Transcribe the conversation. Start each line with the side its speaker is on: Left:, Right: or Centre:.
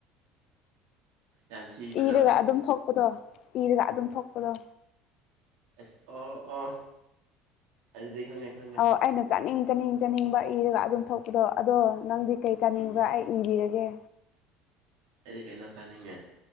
Right: ꯌꯥꯝ ꯊꯤꯕꯗꯣ
Left: ꯏꯔꯒ ꯑꯗꯨꯝ ꯊꯣꯛꯄꯗꯣ ꯏꯔꯒ ꯑꯗꯨꯝ ꯊꯣꯛꯄꯗꯣ
Right: ꯑꯁ ꯑꯣ ꯑꯣ ꯑꯗꯨꯗꯤ ꯈꯪꯉꯦ ꯈꯪꯉꯦ
Left: ꯑꯧ ꯑꯩꯅ ꯆꯥꯅꯤꯡ ꯆꯥꯅꯤꯡ ꯆꯥꯅꯤꯡꯕ ꯏꯔꯒ ꯑꯗꯨꯝ ꯊꯣꯛꯄꯗꯣ ꯑꯗꯣ ꯅꯪꯗꯤ ꯀꯩ ꯆꯥꯅꯤꯡꯕ꯭ꯔꯥ
Right: ꯎꯝ
Left: ꯑꯩ ꯏꯕꯤꯔꯒꯦ
Right: ꯑꯩꯗꯤ ꯀꯩꯅꯣ ꯆꯥꯅꯤꯡꯉꯦ